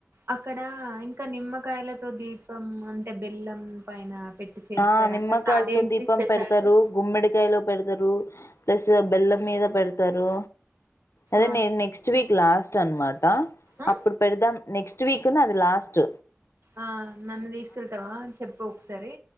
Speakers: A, on the right; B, on the left.
A: అక్కడ ఇంకా నిమ్మకాయలతో దీపం అంటే బెల్లం పైన పెట్టి చేస్తారంట
B: ఆ నిమ్మకాయలతో
A: అదేంటి
B: దీపం
A: స్పెషాలిటీ
B: పెడతారు గుమ్మడికాయలో పెడతారు ప్లస్ బెల్లం మీద పెడ త్తరు అదే
A: ఆ
B: నెక్స్ట్ వీక్ లాస్ట్ చన్మాడ్
A: ఆ
B: అప్పుడు పెడదాం నెక్స్ట్ వీక్ ను అది లాస్ట్
A: ఆ నన్ను తీసుకెళ్తావా చెప్పు ఒకసారి